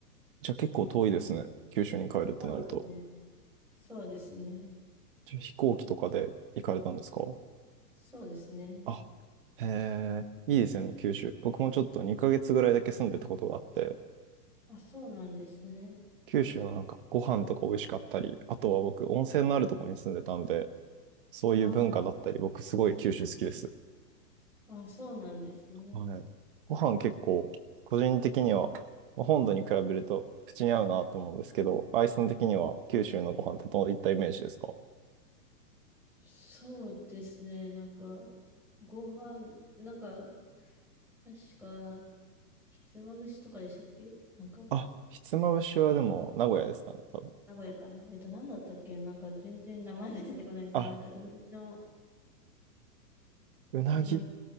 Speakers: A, on the right; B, in the centre.
A: じゃあ結構遠いですね。九州に帰るってなると。
B: そうでますね。そうですね。
A: じゃあ飛行機とかで行かれたんですか
B: そうですね。
A: あ、へえ、いいですよね、九州。僕もちょっと2ヶ月ぐらいだけ住んでたことがあって、
B: あ、そうなんですね。
A: 九州のなんかご飯とか美味しかったり、あとは僕温泉のあるところに住んでたんで、そういう文化だったり、
B: ああ、
A: 僕すごい九州好きです。
B: あ、そうなんですね。
A: はい。ご飯結構、個人的には、まあ本土に比べると口に合うなと思うんですけど、アイさん的には九州のご飯ってどういったイメージですか
B: そうですね。なんか、ご飯、なんか、確か、ひつまぶしとかでしたっけなんか、
A: あ、ひつまぶしはでも名古屋ですかね、多分。
B: 名古屋か。えっと、なんだったっけなんか、全然名前が出てこないんですけど、
A: あ、
B: なんか、うなぎの、
A: うなぎ
B: うなぎ、